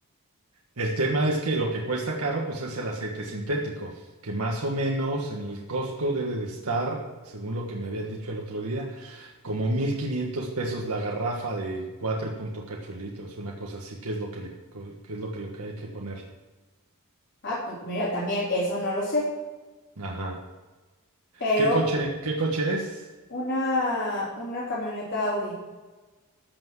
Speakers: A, on the right; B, on the left.
A: El tema es que lo que cuesta caro, pues es el aceite sintético, que más o menos en el Costco debe de estar, según lo que me habían dicho el otro día, como 1.500 pesos la garrafa de 4 y punto cacho litros, una cosa así, que es lo que le, que es lo que, lo que hay que ponerle.
B: Ah, pues mira, también eso no lo sé,
A: Ajá.
B: pero
A: ¿Qué coche, qué coche es?
B: una, una camioneta Audi.